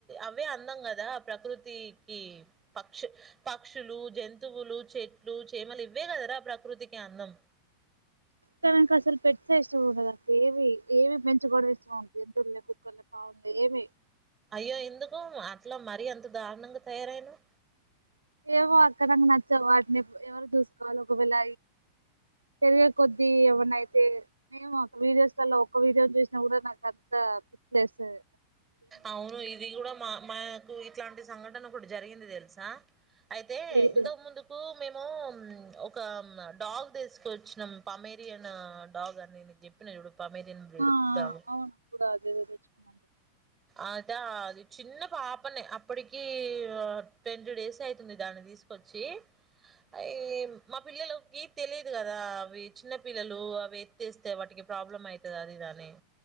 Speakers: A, on the right (about 20°); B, on the right (about 80°).
A: అవి అందం కదా ప్రకృతికి పక్ష్ పక్షులు, జంతువులు, చెట్లు, చేమలు ఇవ్వే కదరా ప్రకృతికి అందం.
B: తనకి అసలు పెట్స్ ఏ ఇష్టం ఉండదు. అ ఏవి ఏమి పెంచుకోవడం ఇష్టం ఉండదు. కుక్కల్ని, పాముల్ని ఏవి
A: అయ్యో ఎందుకు అట్లా మరీ ఎంత దారుణంగా తయారైనవ్
B: ఏమో అక్కడ నచ్చవు. వాటిని ఎవరు చూసుకోవాలి. ఒకవేళ పెరిగేయే కొద్ది ఎవన్నయితే, మేము ఒక వీడియోస్ కల్లా ఒక్క వీడియో చూసినా కూడా నాకు పిచ్చి లేస్తది.
A: అవును ఇది కూడా మా అ ఇట్లాంటి సంఘటన ఒకటి జరిగింది తెలుసా అయితే
B: ఏది
A: ఇంత
B: వద్దు.
A: ముందుకు మేము ను ఒక డాగ్ తీసుకు వచ్చినం. పమెరియన్ డాగ్ అని నేను చెప్పిన చూడు పమెరియన్ బ్రీడు
B: ఆ ఆ
A: డాగ్
B: అవును కూడా అదేదో తెచ్చుకున్నాను
A: అద అది చిన్న పాపనే అప్పటికి ట్వంటీ డేస్ అయితుంది. దాన్ని తీసుకొచ్చి అయ్యి ఏం మా పిల్లలకి తెలియదు కదా. అవి చిన్న పిల్లలు అవి ఎత్తేస్తే వాటికి ప్రాబ్లం అయితది. అది ఇదని